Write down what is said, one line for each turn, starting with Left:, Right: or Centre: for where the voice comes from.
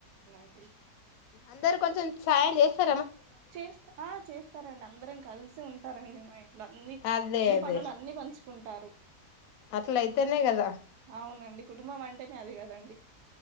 Right: అడి
Left: అందరుూ కొంచెం సాయం చేస్తా
Right: చేస్త ఆ చేస్తారంండి అందరం కలిసి ఉంటారండి మా ఇంట్లో అన్ని
Left: అదే
Right: అన్ని
Left: అదే
Right: పనులు అన్నిీ పం కుంటారు
Left: అట్ల అయితేనే కదా
Right: అవునండి కుటుంబం అంటేనే అది కదం